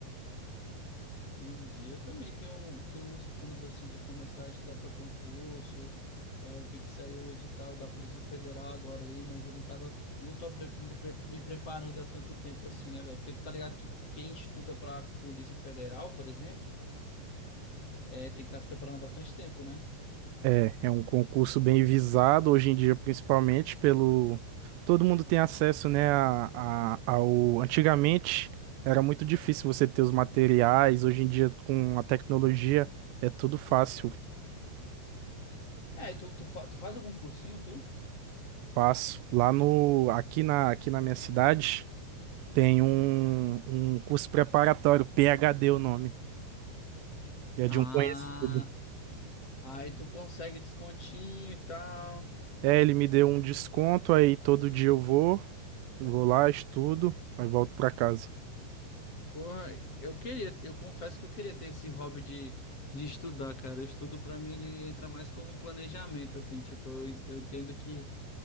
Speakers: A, on the left (about 35°); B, on the right (about 80°).
A: Entendi. Eu também tenho, tenho uns planos assim de começar a estudar para concurso. É, eu vi que saiu o edital da Polícia Federal agora aí, mas eu não tava, eu não tô pre- me pre- me preparando há tanto tempo assim, né, velho? Porque tu tá ligado que quem estuda para Polícia Federal, por exemplo, é, tem que estar se preparando há bastante tempo, né?
B: É, é um concurso bem visado hoje em dia, principalmente pelo. Todo mundo tem acesso, né, a, a- ao. Antigamente era muito difícil você ter os materiais, hoje em dia com a tecnologia é tudo fácil,
A: É, e tu, tu, fa- tu faz algum cursinho, tu?
B: fácil. Lá no. Aqui na, aqui na minha cidade tem
A: Ah.
B: um, um curso preparatório, PhD o nome, é
A: Ah,
B: de um conhecido.
A: aí tu consegue descontinho e tal.
B: É, ele me deu um desconto, aí todo dia eu vou, vou lá, estudo, aí volto pra casa.
A: Porra, eu queria, eu confesso que eu queria ter esse hobby de, de estudar, cara. O estudo pra mim ele entra mais como um planejamento, assim, tipo, eu, en- eu entendo que